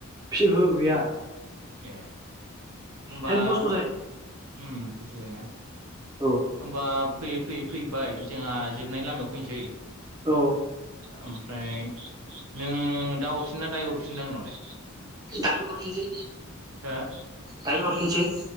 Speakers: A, on the right (about 15°); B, on the right (about 75°).
A: फिहु गैया।
B: ए होमबा
A: हेन खस्थ' जायो।
B: उम खस्थ' जायोना
A: औ
B: होमबा फैयै फैयै फैबाय जोंहा जोबनायनि लामायाव फैनसै
A: औ
B: ओमफ्राय नों दा हरफिन ना दाय हरफिनद आंनावलाय?
A: दानो हरफिनसै
B: हो
A: दायो हरफिनसै।